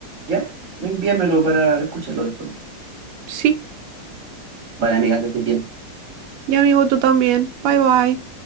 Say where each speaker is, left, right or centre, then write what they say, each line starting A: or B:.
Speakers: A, on the right; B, on the right.
A: Ya, envíamelo para escucharlo después.
B: Sí,
A: Vale, amiga, que estés bien.
B: y amigo, tú también. Bye bye.